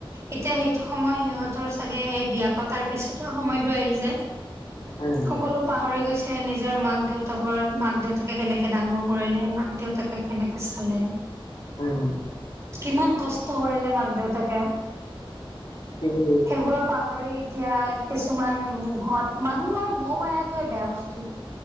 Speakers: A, on the right; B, on the left.
A: এতিয়া সেইটো সময় সিহঁতৰ চাগে সেই বিয়া পতাৰ পিছতে সময়তো আহি য
B: উম,
A: সকলো পাহৰি গৈছে। তে নিজৰ মাক দেউতাকৰ মাক দেউতাকে কেনেকে ডাঙৰ কৰিলে মাক দেউতাকে। কেনেকে চালে
B: উম।
A: কিমান কষ্ট কৰিলে মাক দেউতাকে
B: ঠিকেই কৈছে।
A: সেইবোৰ পাহৰি। এতিয়া কিছুমান মুহত মানুহৰ মুহ মায়াতোয়ে বেয়া বস্তু।